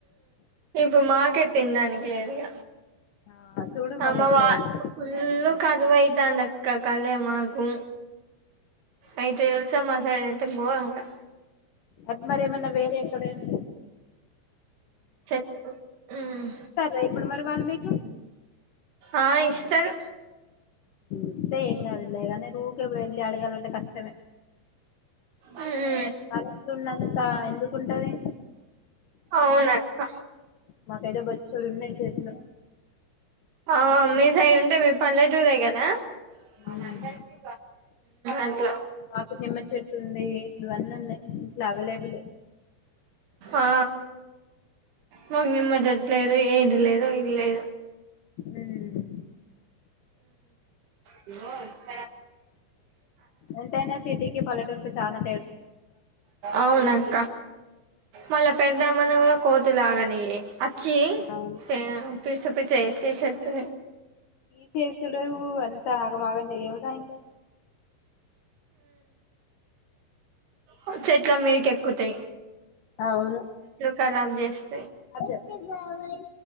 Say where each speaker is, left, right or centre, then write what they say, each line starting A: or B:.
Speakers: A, on the right; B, on the left.
A: ఎప్పుడూ మాకు తినడానికి లేదిక
B: ఆ చూడు
A: అమ్మ
B: మళ్ళీ ఎట్లా
A: వా
B: అయిందో
A: ఫుల్లు కరువైతాంది క కలే మాకు అయితే తెల్సా మ <inaudible> సతు పోంగా
B: అది మరి ఏమన్నా వేరే ఎక్కడైనా
A: చెట్లు మ్మ్
B: ఇస్తారా ఇప్పుడు మరి వాళ్ళు మీకు
A: ఆ ఇస్తారు
B: ఇస్తే ఎంగాదులే గాని ఊరకే వెళ్లి అడిగాలంటే కష్టమే
A: మ్మ్
B: వాళ్ళ ఇంట్లో ఉన్నంత ఎందుకుంటది
A: అవున అక్క
B: మాకైతే బొచ్చెడున్నయి చెట్లు
A: అవును మీ సైడ్ ఉంటది పల్లెటూరే కదా <inaudible>
B: ఉమ్
A: అన్నయికి అట్లా
B: మాకు నిమ్మ చెట్టు ఉంది ఇవన్నీ ఉన్నయి ఇంట్లో అవైలబులే
A: ఆ మాకు నిమ్మ చెట్టు లేదు ఏది లేదు ఇల్లు లేదు
B: హ
A: న
B: ఎంతయినా సిటీకి పలెటూర్ కి చానా
A: అవునఅక్క మళ్ళా పెద్దమ్మ కోతులాగానే అచ్చి
B: అవును
A: సరే పసప్ప చె ఎతే చెతు
B: ఈ చేేసులుఊ అంత ఆగమాగం చేయవు గా ఇంకా
A: ఉమ్ చెట్లా అమ్మెకి కెక్కుతాయి
B: అవును
A: కరబ్ చేస్తా
B: అ చెప్ ఎత్తి కావాలి